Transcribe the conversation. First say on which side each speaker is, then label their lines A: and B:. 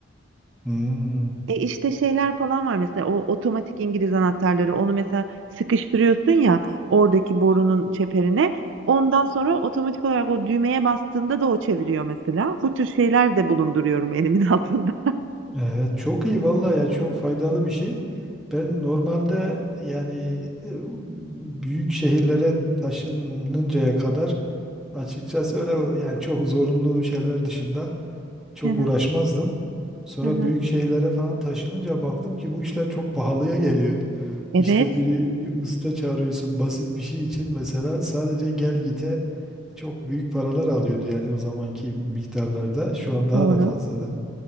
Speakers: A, in the centre; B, on the right (about 65°).
A: Hmm,
B: E işte şeyler falan var mesela o otomatik İngiliz anahtarları onu mesela sıkıştırıyorsun ya oradaki borunun çeperine. Ondan sonra otomatik olarak o düğmeye bastığında da o çeviriyor mesela. Bu tür şeyler de bulunduruyorum elimin <laughs> altında.
A: evet çok iyi vallahi ya çok faydalı bir şey. Ben normalde yani e, büyük şehirlere taşınıncaya kadar açıkçası öyle yani çok zorunlu şeyler dışında çok
B: Hı hı,
A: uğraşmazdım. Sonra
B: hı hı.
A: büyük şehirlere falan taşınınca baktım ki bu işler çok pahalıya geliyor.
B: Evet,
A: İşte biri bir usta çağırıyorsun basit bir şey için mesela sadece gel gite çok büyük paralar alıyordu yani o zamanki miktarlarda şu an daha
B: doğru.
A: da fazladır.